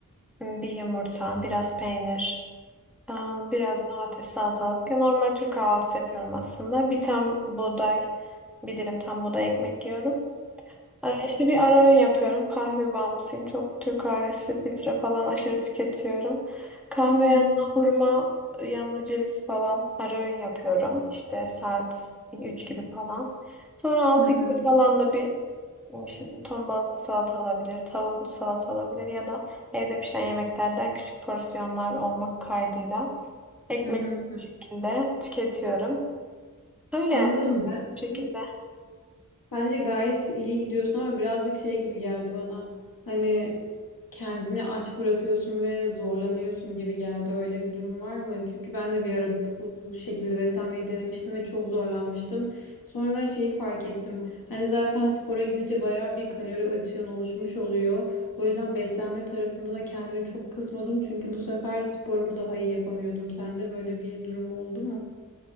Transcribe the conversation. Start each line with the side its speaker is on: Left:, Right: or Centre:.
Centre: m, bir yumurta, biraz peynir, e, biraz domates, salatalık. Ya normal Türk kahvaltısı yapıyorum aslında. Bir tam buğday, bir dilim tam buğday ekmek yiyorum. Ee, İşte bir ara öğün yapıyorum. Kahve bağımlısıyım. Çok Türk kahvesi, filtre falan aşırı tüketiyorum. Kahve yanına
Left: Hı hı.
Centre: hurma, yanına ceviz falan ara öğün yapıyorum. İşte saat 3 gibi falan. Sonra altı
Left: Hı hı.
Centre: gibi falan da bir şimdi ton balıklı salata olabilir, tavuklu salata olabilir ya da evde pişen yemeklerden küçük porsiyonlar olmak kaydıyla ekmek
Left: Hı hı.
Centre: şeklinde tüketiyorum. Öyle
Left: Anladım
Centre: yani bu
Left: ben.
Centre: şekilde
Left: Bence gayet iyi gidiyorsun ama birazcık şey gibi geldi bana. Hani kendini aç bırakıyorsun ve zorlanıyorsun gibi geldi. Öyle bir durum var mı? Çünkü ben de bir ara bu bu şekilde beslenmeyi denemiştim ve çok zorlanmıştım. Sonra şeyi fark ettim. Hani zaten spora gidince bayağı bir kalori açığın oluşmuş oluyor. O yüzden beslenme tarafında da kendimi çok kısmadım. Çünkü bu sefer sporumu daha iyi yapamıyordum. Sende böyle bir durum oldu mu?